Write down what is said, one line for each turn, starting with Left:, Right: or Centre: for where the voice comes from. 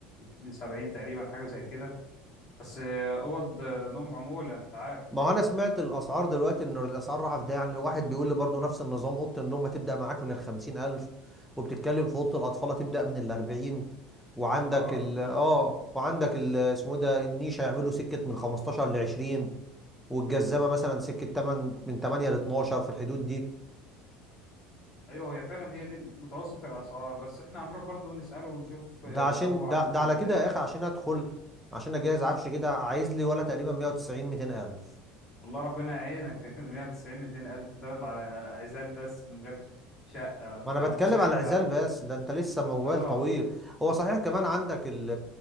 Left: ل 70 تقريبا حاجة زي كده بس اوض نوم عمولة انت عارف
Centre: ما هو انا سمعت الاسعار دلوقتي ان الاسعار رايحه في ده يعني الواحد بيقول لي برضه نفس النظام اوضه النوم هتبدا معاك من الخمسين الف وبتتكلم في اوضه الاطفال هتبدا من الاربعين وعندك
Left: اه
Centre: ال
Left: قلت
Centre: اه
Left: له
Centre: وعندك ال اسمه إيه ده النيش هيعملوا سكه من 15 ل 20 والجزامه مثلا سكه 8 من 8 ل 12 في الحدود دي
Left: ايوه هي فعلا هي دي متوسط الاسعار بس احنا هنروح برضو نسأله ونشوف
Centre: ده عشان
Left: لو هو
Centre: ده,
Left: عنده
Centre: ده
Left: كلام
Centre: على
Left: تاني
Centre: كده يا اخي عشان ادخل عشان اجهز عفش كده عايز لي ولا تقريبا 190 200 الف
Left: والله ربنا يعينك <laughs> 190 200 الف دول على عزال بس من غير شقه ولا بتاع
Centre: ما انا بتكلم
Left: انت صحيح
Centre: على
Left: انت
Centre: العزال بس ده انت لسه موال
Left: اه
Centre: طويل هو صحيح كمان عندك ال